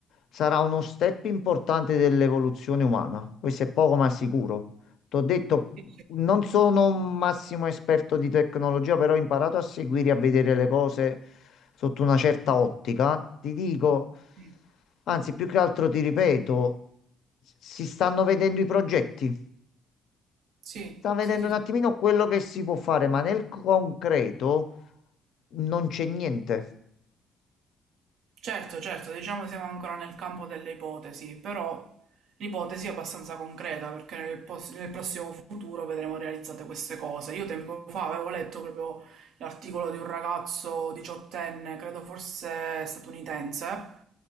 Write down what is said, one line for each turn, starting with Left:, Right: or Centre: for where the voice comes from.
Left: sarà uno step importante dell'evoluzione umana. Questo è poco ma sicuro. T'ho detto,
Right: Sì,
Left: non sono un massimo esperto di tecnologia, però ho imparato a seguire e a vedere le cose sotto una certa ottica. Ti dico,
Right: sì,
Left: anzi, più che altro ti ripeto, si stanno vedendo i progetti
Right: sì,
Left: sta vedendo
Right: sì, sì.
Left: un attimino quello che si può fare, ma nel concreto non c'è niente.
Right: Certo, certo, diciamo siamo ancora nel campo delle ipotesi, però l'ipotesi è abbastanza concreta perché nel, pos- nel prossimo futuro vedremo realizzate queste cose. Io tempo fa avevo letto proprio l'articolo di un ragazzo diciottenne, credo forse statunitense.